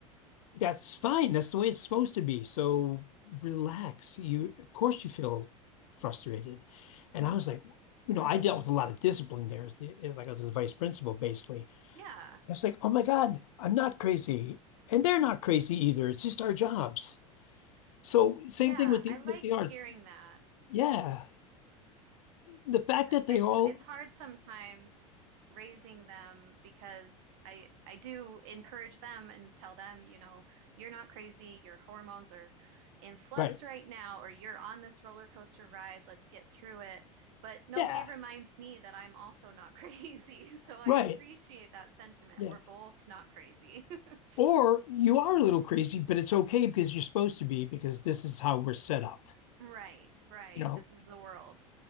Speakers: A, on the left; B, on the right.
A: that's fine. That's the way it's supposed to be. So relax. You, of course, you feel frustrated. And I was like, you know,
B: hmm
A: I dealt with a lot of discipline there as, the, as like as a vice principal, basically.
B: Yeah.
A: It's like, oh my God, I'm not crazy. And they're not crazy either. It's just our jobs. So same
B: Yeah.
A: thing with the
B: I like
A: with the
B: hearing
A: arts.
B: that.
A: Yeah. The fact
B: uh,
A: that they
B: it's
A: all
B: it's hard sometimes raising them because I I do encourage them and tell them, you know, you're not crazy, your hormones are in flux
A: right.
B: right now, or you're on this roller coaster ride, let's get through it. But nobody
A: Yeah.
B: reminds me that I'm also not crazy. <laughs> So I
A: Right.
B: appreciate that sentiment.
A: Yeah.
B: We're both not crazy. <laughs>
A: Or you are a little crazy, but it's okay because you're supposed to be, because this is how we're set up,
B: Right, right.
A: you know.
B: This is the world.